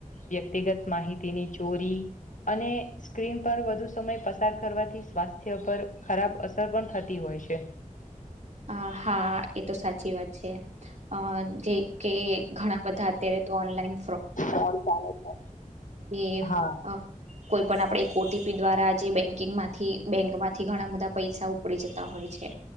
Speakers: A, on the left (about 65°); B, on the right (about 55°).
A: વ્યક્તિગત માહિતીની ચોરી અને સ્ક્રીન પર વધુ સમય પસાર કરવાથી સ્વાસ્થ્ય પર ખરાબ અસર પણ થતી હોય હો છે
B: અ હા એ તો સાચી વાત છે અ જે કે ઘણા બધા અત્યારે તો ઓનલાઈન
A: ફ્રોડ ચાલે છે
B: એ
A: હા.
B: હ કોઈ પણ આપણે એક ઓટીપી દ્વારા આજે બેંકિંગમાંથી બેન્કમાંથી ઘણા બધા પૈસા ઉપડી જતા હોય છે